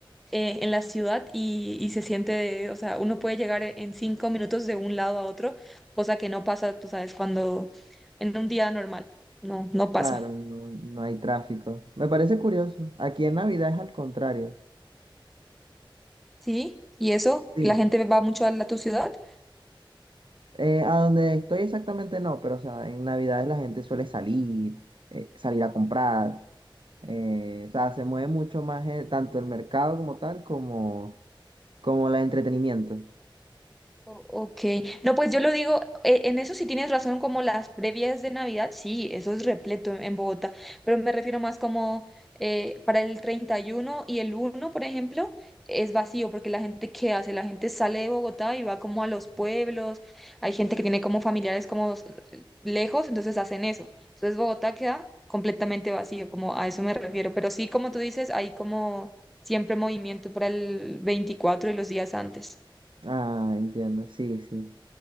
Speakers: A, in the centre; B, on the right.
A: eh, en la ciudad y, y se siente, o sea, uno puede llegar e- en cinco minutos de un lado a otro, cosa que no pasa, tú sabes, cuando en un día normal, no, no pasa.
B: Claro, no, no hay tráfico. Me parece curioso. Aquí en Navidad es al contrario.
A: Sí, y eso,
B: Sí.
A: la gente va mucho a la, tu ciudad.
B: Eh, a donde estoy exactamente no, pero o sea, en Navidades la gente suele salir, eh, salir a comprar. eh, o sea, se mueve mucho más el- tanto el mercado como tal como, como el entretenimiento.
A: O- Ok, no, pues yo lo digo, eh, en eso sí tienes razón, como las previas de Navidad, sí, eso es repleto en, en Bogotá, pero me refiero más como eh, para el treinta y uno y el uno por ejemplo, es vacío, porque la gente, ¿qué hace? La gente sale de Bogotá y va como a los pueblos, hay gente que tiene como familiares como s- lejos, entonces hacen eso, entonces Bogotá queda completamente vacío, como a eso me refiero, pero sí, como tú dices, hay como siempre movimiento para el 24 y los días antes.
B: Ah, entiendo, sí, sí.